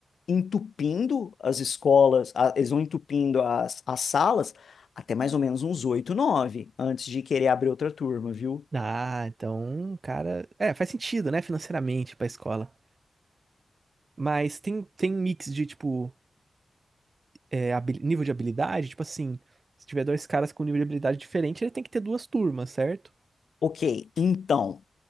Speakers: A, on the left; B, on the right.
A: entupindo as escolas, a- eles vão entupindo as, as salas até mais ou menos uns oito, nove, antes de querer abrir outra turma, viu?
B: Ah, então, cara, é, faz sentido, né, financeiramente pra escola. Mas tem tem mix de tipo é, habi- nível de habilidade, tipo assim, se tiver dois caras com um nível de habilidade diferente, ele tem que ter duas turmas, certo?
A: Ok, então.